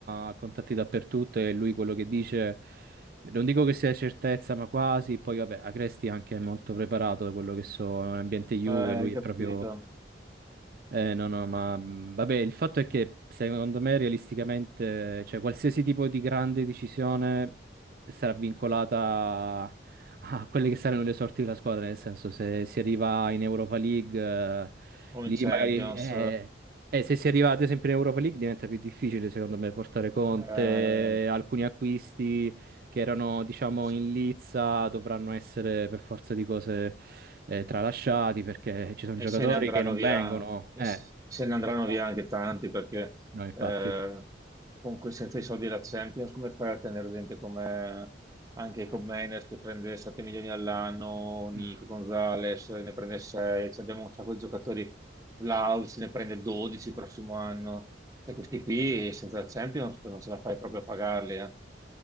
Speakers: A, on the right; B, on the right.
A: ha contatti dappertutto e lui quello che dice, non dico che sia certezza, ma quasi. Poi, vabbè, Agresti anche è molto preparato da quello che so, è un ambiente Juve,
B: eh,
A: lui
B: hai capito?
A: è proprio eh, no, no, ma mh, vabbè, il fatto è che secondo me realisticamente, cioè qualsiasi tipo di grande decisione sarà vincolata a, a quelle che saranno le sorti della squadra, nel senso se si arriva in Europa League, eh,
B: o
A: lì
B: in Champions.
A: magari... eh, eh, se si arriva ad esempio in Europa League diventa più difficile secondo me portare Conte,
B: eh,
A: alcuni acquisti che erano, diciamo,
B: E
A: in lizza, dovranno essere per forza di cose eh, tralasciati perché ci sono giocatori
B: se ne andranno
A: che non
B: via,
A: vengono.
B: e
A: Eh,
B: se se ne andranno
A: esatto.
B: via anche tanti perché
A: No, infatti.
B: eh, con que- senza i soldi della Champions, come fai a tenere gente come anche Menes che prende 7 milioni all'anno, Nico
A: Mm.
B: Gonzalez ne prende 6, cioè abbiamo un sacco di giocatori, Vlahovic ne prende 12 il prossimo anno, cioè questi qui senza la Champions non ce la fai proprio a pagarli. eh.